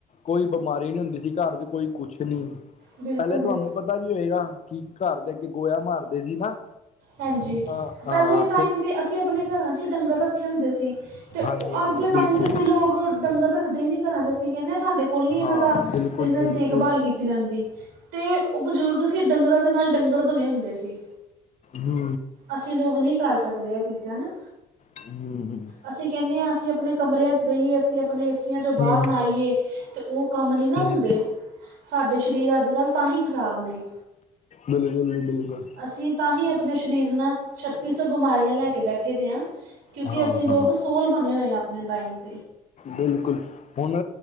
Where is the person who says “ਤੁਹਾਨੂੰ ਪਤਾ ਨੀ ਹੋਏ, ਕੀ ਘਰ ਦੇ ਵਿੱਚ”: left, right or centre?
Left